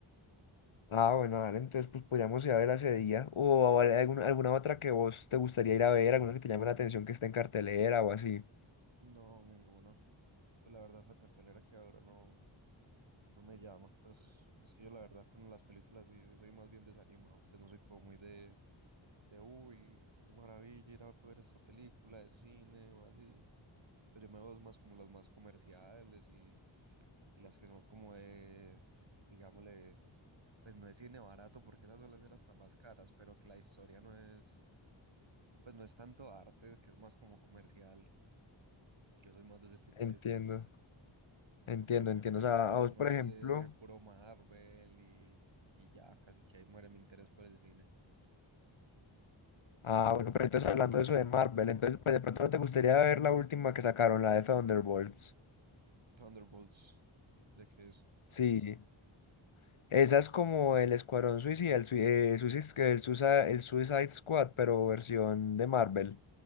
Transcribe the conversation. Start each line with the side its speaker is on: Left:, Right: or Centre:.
Left: Ah, bueno, dale, entonces pues podríamos ir a verla ese día. O a- alguna, alguna otra que vos te gustaría ir a ver, alguna que te llame la atención que esté en cartelera o así.
Right: No, ninguna. Pues la verdad esa cartelera que ahora no, no me llama, pues es que yo la verdad con las películas sí sí soy más bien desanimado, pues no soy como muy de de uy, qué maravilla ir a ver esa película de cine o así. Pero yo me veo más como las más comerciales y, y las que son como de, digámosle, pues no es cine barato porque esas suelen ser hasta más caras, pero que la historia no es, pues no es tanto arte, que es más como comercial. Yo soy más de ese tipo
Left: Entiendo,
Right: de cine,
Left: entiendo,
Right: porque por
Left: entiendo.
Right: ejemplo
Left: O
Right: yo
Left: sea,
Right: sí soy
Left: a vos,
Right: más
Left: por ejemplo.
Right: de puro Marvel y, y ya casi que ahí muere mi interés por el cine.
Left: Ah, bueno, pero entonces hablando de eso de Marvel, entonces pues de pronto no te gustaría ver la última que sacaron, la de Thunderbolts.
Right: Thunderbolts, ¿de qué es?
Left: Sí, esa es como el Escuadrón Suicida, el, sui- eh, Suicis- el, Susa- el Suicide Squad, pero versión de Marvel,